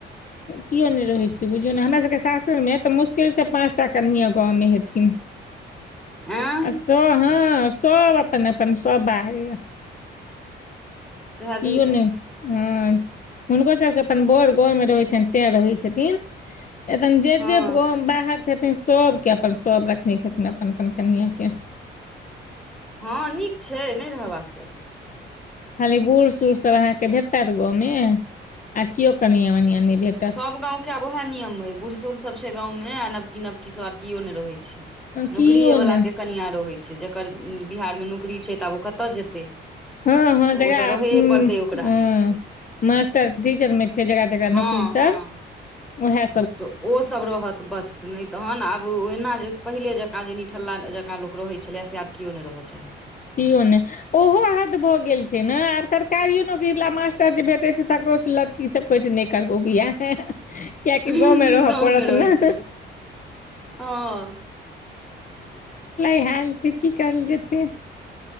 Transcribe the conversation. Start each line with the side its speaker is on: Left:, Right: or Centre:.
Left: किया नहि रहैत छैय बुझियौ ने हमरा सबके सासुर मे तऽ मुश्किलसँ पाँच टा कनिया गाँवमे हेथिन।
Centre: आँ
Left: आ सब हँ सब अपन अपन सब बाहरे।
Centre: सएह
Left: किओ
Centre: देखियौ
Left: नहि हँ हुनकोसभके अपन बड़ गाँवमे रहै छनि तैँ रहै छथिन। नहि तन जे
Centre: हँ
Left: जे गाँव बाहर छथिन सबके अपन सब रखने छथिन अपन अपन कनियाके।
Centre: हँ नीक छैय नहि रहबाक चाही।
Left: खाली बूढ़ सूढ़ सब अहाँके भेटता गाँवमें आ केव कनिया वनिया नहि भेटता।
Centre: <unintelligible> गांव के आब उएह नियम अय बूढ़ सूढ़ सब छैय गांव मे आ नवकी नवकी सब आब केयो ने रहै छैय। नौकरिए
Left: किओ
Centre: वलाके
Left: नहि
Centre: कनिआँ रहै छैय जकर बिहारमे नौकरी छैय तऽ आब ओ कतय जेतै।
Left: हँ हँ
Centre: तऽ
Left: जेकरा
Centre: ओ तऽ रहैए पड़तै ओकरा
Left: मास्टर टीचर मे छैय जेकरा जेकरा
Centre: हँ
Left: नौकरी सब
Centre: हँ
Left: उएहे
Centre: तऽ ओ सभ रहत बस नहि तहन आब ओहिना जे पहिले जकाँ जे निठल्ला जकाँ लोक रहै छलैए से आब केओ नहि रहय चाहै छैय।
Left: केओ नहि ओहो हद भऽ गेल छैय ने आ सरकारियो नौकरी वाला मास्टर जे भेटै छैय तकरोसँ ई सब कहै छैय नहि करबौ बियाह <unintelligible> कियाकि
Centre: छै
Left: गांवमे रह
Centre: गाँवमे
Left: परत
Centre: रहै
Left: ने।
Centre: छै हँ
Left: <unintelligible> हाल छैय की कयल जेतै।